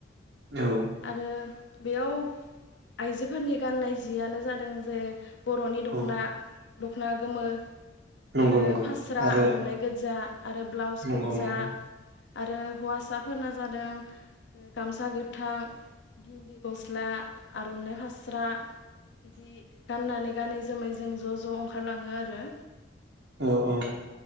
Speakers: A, on the right (about 75°); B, on the left (about 75°).
A: औ
B: आरो बेयाव आइजोफोरनि गाननाय जियानो जादों जे बर'नि दख'ना
A: औ
B: दख'ना गोमो
A: नंगौ
B: आरो
A: नंगौ
B: फास्रा
A: आरो
B: आर'नाइ गोजजा आरो ब्लाउस
A: नंगौ
B: गोजजा
A: नंगौ
B: आरो हौवासाफोरना जादों ओ गामसा गोथां गिन्दि गस्ला आर'नाइ फास्रा बिदि गाननानै गानै जोमै जों ज' ज ओंखारलाङो आरो
A: औ औ।